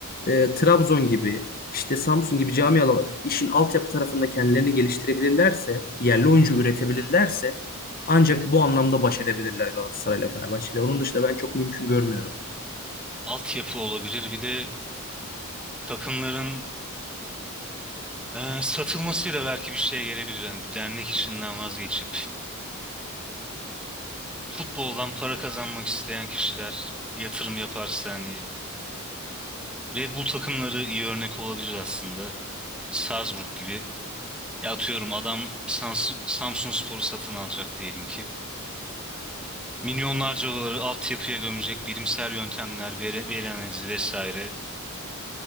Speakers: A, on the left (about 45°); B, in the centre.
A: e, Trabzon gibi işte Samsun gibi camialar işin altyapı tarafında kendilerini geliştirebilirlerse, yerli oyuncu üretebilirlerse ancak bu anlamda baş edebilirler Galatasaray ile Fenerbahçe ile. Onun dışında ben çok mümkün görmüyorum.
B: Altyapı olabilir. Bir de takımların e, satılmasıyla belki bir şeye gelebilir. Yani bu dernek işinden vazgeçip futboldan para kazanmak isteyen kişiler yatırım yaparsa hani Red Bull takımları iyi örnek olabilir aslında. Salzburg gibi. Ya atıyorum adam Samsun, Samsunspor'u satın alacak diyelim ki. Milyonlarca doları altyapıya gömecek bilimsel yöntemler, veri, veri analizi vesaire.